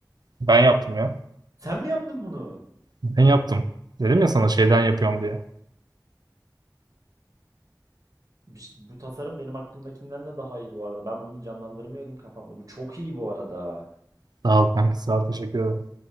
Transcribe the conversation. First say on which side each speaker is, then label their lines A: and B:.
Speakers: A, on the right (about 65°); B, on the right (about 50°).
A: Ben yaptım ya.
B: Sen mi yaptın bunu?
A: Ben yaptım. Dedim ya sana şeyden yapıyorum diye.
B: Bir ş- Bu tasarım benim aklımdakinden de daha iyi bu arada. Ben bunu canlandırmıyordum kafamda. Bu çok iyi bu arada.
A: Sağ ol kanka sağ ol teşekkür ederim.